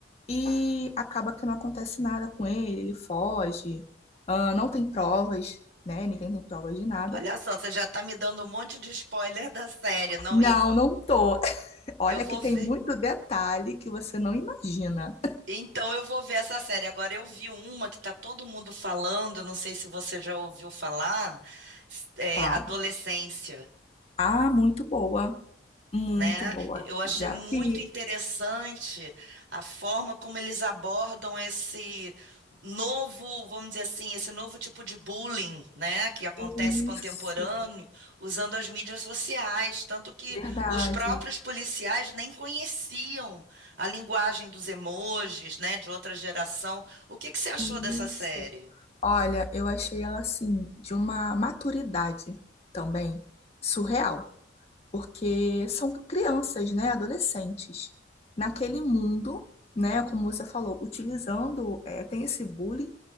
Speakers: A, on the left (about 35°); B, on the right (about 70°).
A: E acaba que não acontece nada com ele, ele foge, ah, não tem provas, né? Ninguém tem provas de nada.
B: Olha só, você já tá me dando um monte de spoiler da série. Não,
A: Não,
B: eu vou,
A: não tô. <laughs> Olha
B: eu vou
A: que tem
B: ver.
A: muito detalhe que você não imagina.
B: Então eu vou ver essa série. Agora eu vi uma que tá todo mundo falando, não sei se você já ouviu falar, é
A: Qual?
B: Adolescência
A: Ah, muito boa, muito
B: né?
A: boa.
B: Eu achei
A: Já
B: muito
A: vi.
B: interessante a forma como eles abordam esse novo, vamos dizer assim, esse novo tipo de bullying, né, que acontece
A: Isso,
B: contemporâneo, usando as mídias sociais, tanto que
A: verdade.
B: os próprios policiais nem conheciam a linguagem dos emojis, né, de outra geração. O que que você achou
A: Isso.
B: dessa série?
A: Olha, eu achei ela assim, de uma maturidade também surreal. porque são crianças, né, adolescentes, naquele mundo, né, como você falou, utilizando, eh, tem esse bullying